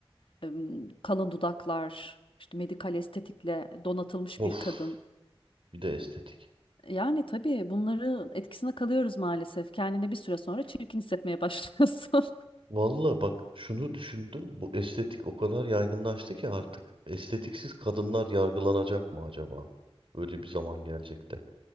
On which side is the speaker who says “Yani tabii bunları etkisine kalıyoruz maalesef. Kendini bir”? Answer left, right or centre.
Left